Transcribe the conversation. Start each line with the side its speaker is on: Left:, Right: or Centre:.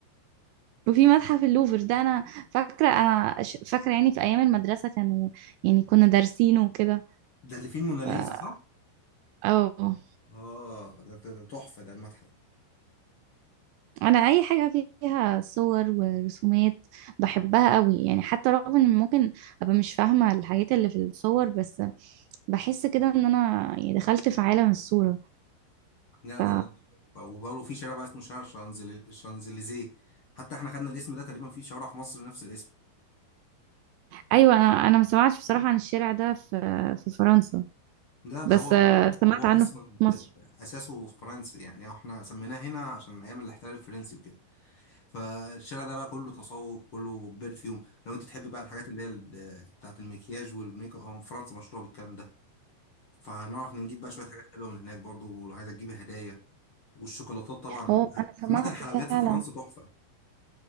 Right: وفي متحف اللوفر ده انا فاكره انا ش- فاكره يعني في ايام المدرسه كانوا يعني كنا دارسينه وكده
Left: ده اللي فيه الموناليزا
Right: ف
Left: صح؟
Right: اه
Left: آه ده ده- ده تحفة ده المتحف
Right: انا اي حاجه فيها صور ورسومات بحبها قوي يعني حتى رغم ان ممكن ابقى مش فاهمه الحاجات اللي في الصور بس بحس كده ان انا يعني دخلت في عالم الصوره
Left: لا
Right: ف
Left: لا لا وبرضه في شارع بقى اسمه شارع شانزل- شانزليزيه حتى احنا خدنا الاسم ده تقريبا في شوارع في مصر نفس الاسم
Right: ايوه انا انا ما سمعتش بصراحه عن الشارع ده في في فرنسا
Left: ده ده
Right: بس
Left: هو
Right: آه، سمعت
Left: هو
Right: عنه
Left: اصلا
Right: في مصر
Left: ب- اساسه فرنسي يعني احنا سميناه هنا عشان ايام الاحتلال الفرنسي وكده فالشارع ده بقى كله تسوق كله برفيوم لو انت تحب بقى الحاجات اللي هي ال- بتاعة المكياج والميك اب هم فرنسا مشهورة بالكلام ده فهنعرف نجيب بقى شوية حاجات حلوة من هناك برضو لو عايزة تجيب هدايا والشوكولاتات طبعا
Right: هو انا سمعت
Left: عامة الحلويات
Right: فعلا
Left: في فرنسا تحفة